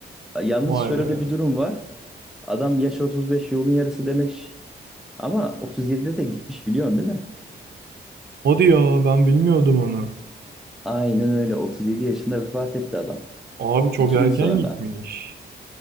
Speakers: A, in the centre; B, on the right.
A: Yalnız
B: Vay
A: şöyle
B: be.
A: de bir durum var. Adam yaş 35 yolun yarısı demek ama 37'de de gitmiş biliyorsun değil mi?
B: Hadi ya ben bilmiyordum onu.
A: Aynen öyle. 37 yaşında vefat etti adam.
B: Abi çok
A: 2
B: erken
A: yıl sonra.
B: gitmiş.